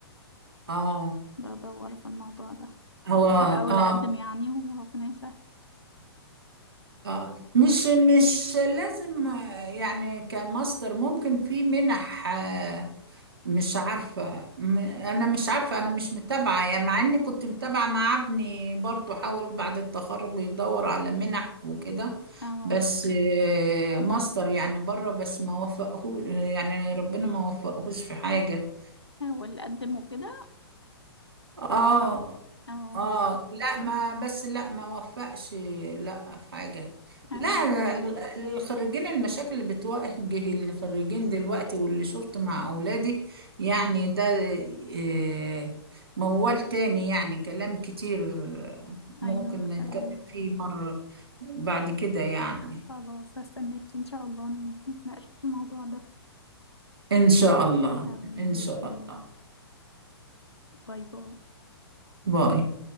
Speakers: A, on the right; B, on the left.
A: آه
B: بدور في الموضوع ده
A: هو
B: بحاول
A: آه
B: اقدم يعني وربنا يسهل
A: اه مش مش لازم آه، يعني كماستر ممكن في منح آه، مش عارفة م- أنا مش عارفة أنا مش متابعة يعني مع إني كنت متابعة مع ابني برضو حاول بعد التخرج يدور على منح وكده
B: اه
A: بس آه، ماستر يعني بره بس ما وفقهوش يعني ربنا ما وفقهوش في حاجة
B: احاول اقدم وكده
A: اه
B: اه
A: اه لا ما بس لا ما وفقش لا في حاجة
B: ايوه
A: لا ال- الخريجين المشاكل اللي بتواجه الخريجين دلوقتي واللي شفت مع أولادي يعني ده آه، موال تاني يعني كلام كتير ممكن
B: ايوه
A: نتكلم
B: ايوه
A: فيه مرة بعد كده يعني
B: خلاص هستناك ان شاء الله نتناقش في الموضوع ده
A: إن شاء الله
B: تمام
A: إن
B: بإذن
A: شاء الله
B: الله باي باي
A: باي